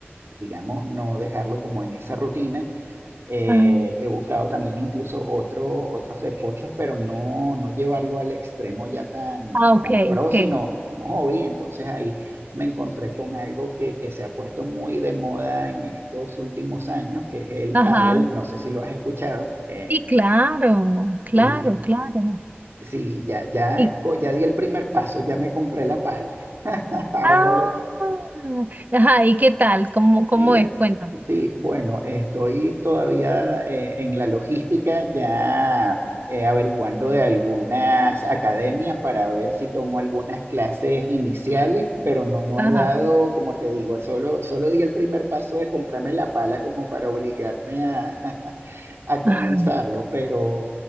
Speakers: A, on the right; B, on the right.
A: digamos, no dejarlo como en esa rutina. Eh,
B: ajá.
A: he buscado también incluso otro, otros deportes, pero no, no llevarlo al extremo ya tan,
B: Ah, ok,
A: tan pro,
B: ok.
A: sino como hobby. Entonces ahí me encontré con algo que, que se ha puesto muy de moda en estos últimos años, que es el
B: Ajá.
A: pádel. No sé si lo has escuchado. Eh,
B: Sí, claro, claro,
A: sí,
B: claro.
A: sí, ya, ya,
B: Y
A: co- ya di el primer paso, ya me compré la pala. <laughs> Ahora
B: Ah,
A: lo,
B: ajá, ¿y qué tal? ¿Cómo, cómo
A: Mira,
B: es? Cuéntame.
A: sí, bueno, estoy todavía eh, en la logística, ya eh, averiguando de algunas academias para ver si tomo algunas clases iniciales, pero no, no
B: Ajá.
A: he dado, como te digo, solo, solo di el primer paso de comprarme la pala como para obligarme a, a comenzarlo,
B: Ajá.
A: pero,